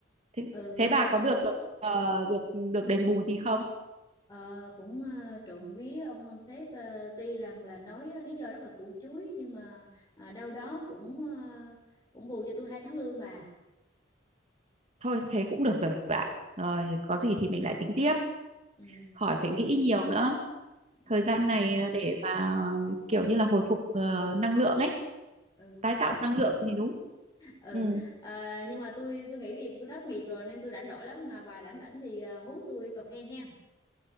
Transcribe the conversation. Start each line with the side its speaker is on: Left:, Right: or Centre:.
Right: thế,
Left: ừ
Right: thế
Left: nói
Right: bà
Left: phá
Right: có được ờ, được được đền bù gì không
Left: Ờ, cũng ờ, trộm vía ông ông sếp ờ, tuy rằng là nói ờ, lý do rất là củ chuối nhưng mà ờ, đâu đó cũng ờ, cũng bù cho tôi hai tháng lương bà
Right: thôi thế cũng được rồi bạn rồi có gì thì mình lại tính tiếp
Left: ừ,
Right: khỏi phải nghĩ nhiều nữa
Left: ừ,
Right: thời gian này ờ, để mà kiểu như là hồi phục ờ, năng lượng ấy
Left: ừ,
Right: tái tạo năng lượng thì đúng
Left: ừ.
Right: ừ
Left: Ờ, nhưng mà tôi tôi nghĩ vì tôi thất nghiệp rồi nên tôi rảnh rỗi lắm nào bà rảnh rảnh thì ờ, hú tôi cà phê hen